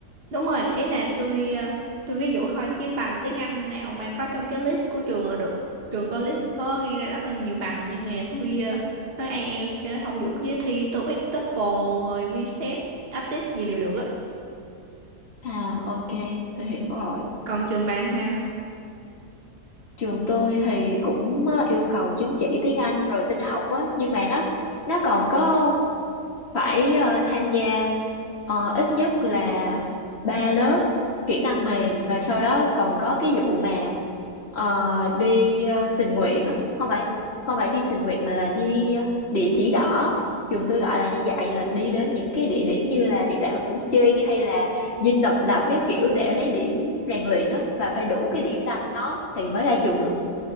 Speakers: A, on the right; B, on the left.
A: Đúng rồi, ý là tôi ờ, tôi ví dụ thôi chứ bằng tiếng Anh nào mà có trong cái list của trường là được. Trường có list có ghi ra rất là nhiều bằng nhưng mà tôi ờ, nói IELTS cho nó thông dụng chứ thi TOEIC, TOEFL rồi VSTEP, aptis gì đều được á.
B: à ok
A: Ừ.
B: tôi hiểu rồi
A: Còn trường bạn sao?
B: trường tôi thì cũng ờ, yêu cầu chứng chỉ tiếng Anh rồi tin học á nhưng mà nó nó còn có phải ờ, tham gia ờ, ít nhất là ba lớp kỹ năng mềm và sau đó còn có cái vụ mà ờ, đi ờ, tình nguyện á không phải không phải đi tình nguyện mà là đi ờ, địa chỉ đỏ trường tôi gọi là như vậy là đi đến những cái địa điểm như là địa đạo Củ Chi hay là Dinh Độc Lập các kiểu để lấy điểm rèn luyện á và phải đủ cái điểm đó thì mới ra trường được